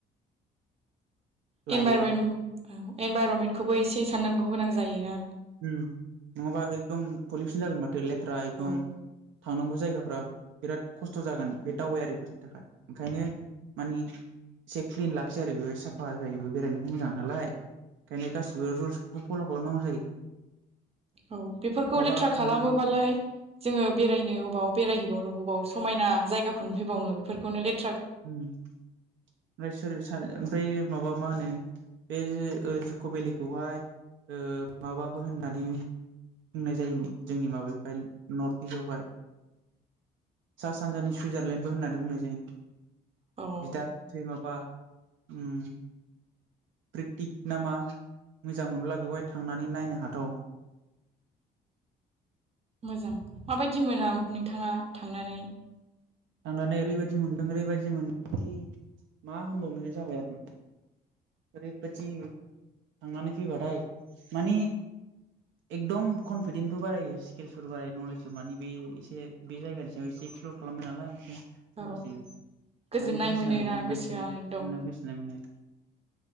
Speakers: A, on the right (about 30°); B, on the right (about 70°).
A: <inaudible>
B: लायोबा
A: एनभायरमेन्ट एनभाररनमेन्टखौबो एसे साननांगौ गोनां जायोना?
B: उम नङाबा एकदम पलिउसन जागोन माथो लेथ्रा एकदम
A: औ
B: थांनांगौ जायगाफ्रा बिराद खस्थ जागोन बे दावबायारिफोरनि थाखाय ओंखायनो मानि एसे क्लिन लाखियो आरो बेवहाय साफा जायोबो बेरायनोबो मोजां नालाय ओंखायनो गासिबो रुल्सफोरखौ फल खालामनांगौ जायो
A: औ बेफोरखौ
B: माबा
A: लेथ्रा खालामोबालाय
B: उम
A: जोङो बेरायनो अबाव बेरायहैबावनो ओबाव समायना जायगाखौ नुहैबावनो बेफोरखौनो लेट
B: ओम ओमफ्राय सोर ओमफ्राय माबा मा होनो? बे ओ जुक भेलिखौहाय ओ माबाबो होननानै बुंनाय जायनो जोंनि माबायावहाय नर्थ इस्टआवहाय सा सानजानि सुइजारलेण्डबो होननानै बुंनाय जायो
A: औ
B: बिदाबिबथै माबा उम प्रेकटिक नामा मोजां मोनब्ला बेवहाय थांनानै नायनो हाथाव
A: मोजां माबायदि मोना नोंथाङा थांनानै?
B: थांनानै ओरैबायदि मोनदों ओरैबायदि मोनदि मा होनबावनो जाबाय आरो ओरैबायदि थांनानै फैबाथाय मानि एकदम कनफिदेन्टबो बारायो स्किलसबो बारायो नलेज मानि बे एसे बे जायगानि सायाव एसे एक्सप्लर खालामबाय नालाय माखासे
A: औ
B: माने
A: गोजोननाय
B: बुजिनो
A: मोनोना
B: हायो मोनदांथि
A: गोसोआ
B: मोनदां
A: एकदम
B: बुजिनाय माने